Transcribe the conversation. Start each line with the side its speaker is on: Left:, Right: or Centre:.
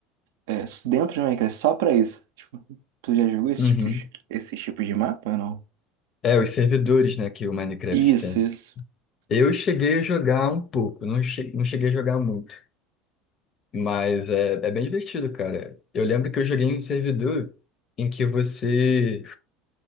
Right: é, dentro do Minecraft, só pra isso. Tipo, tu já jogou esses
Left: Uhum.
Right: tipos, esses tipos de mapa ou não?
Left: É, os servidores, né, que o Minecraft
Right: Isso,
Left: tem.
Right: isso.
Left: Eu cheguei a jogar um pouco, não, che- não cheguei a jogar muito, mas é, é bem divertido, cara. Eu lembro que eu joguei em um servidor em que você